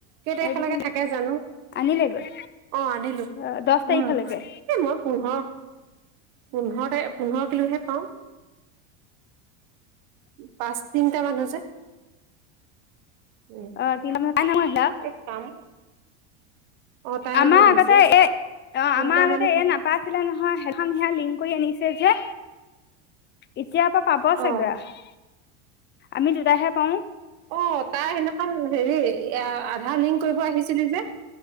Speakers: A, on the right; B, on the left.
A: কেই তাৰিখলৈকে
B: এইকেইদিন
A: থাকে জানো,
B: আনিলেগৈ
A: অ' আনিলো
B: অ দহ তাৰিখলৈকে
A: উম। এই মই পোন্ধৰ, পোন্ধৰতে পোন্ধৰ কিলোহে পাওঁ। পাঁচ, তিনটা মানুহ যে। উম
B: অ' তিনটা <inaudible>
A: এই কাম অ তাইৰ নামো
B: আমাৰ আগতে
A: আহিছে
B: এ, অ'
A: তিনটা
B: আমাৰ আগতে
A: মানুহ
B: এ নাপ পাইছিলে নহয়, সেইখন সেয়া লিংক কৰি আনিছে যে, এতিয়াপা পাব
A: অ
B: চাগৈ আৰু, আমি দুতাহে পাওঁ।
A: অ' তাৰ সেনেখন হেৰি, আ-আধাৰ লিংক কৰিব আহিছিলি যে।